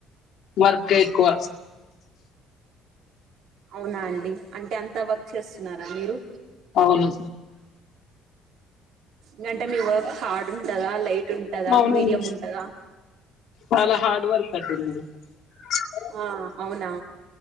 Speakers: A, on the left; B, on the right.
A: వర్క్ ఎక్కువ
B: అవునా అండి అంటే అంత వర్క్ చేస్తున్నార మీరు
A: అవును
B: లేఅంటే మీ వర్క్ హార్డ్ ఉంటందా లైట్ ఉంటదా
A: అవునండి
B: మీడియం ఉంటదా
A: చాలా హార్డ్ వర్క్ <unintelligible>
B: ఆ అవునా